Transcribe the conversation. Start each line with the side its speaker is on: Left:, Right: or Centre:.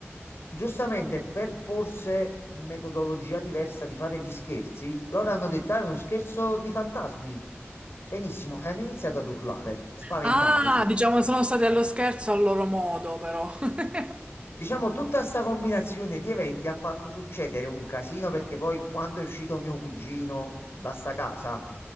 Left: Giustamente, per forse metodologia diversa di fare gli scherzi, loro hanno detto: "Ah, è uno scherzo di fantasmi. Benissimo, e hanno iniziato ad urlare, spaventandosi.
Right: Ah, diciamo sono stati allo scherzo al loro modo, però. <laughs>
Left: Diciamo, tutta questa combinazione di eventi ha fatto succedere un casino perché poi, quando è uscito mio cugino da sta casa,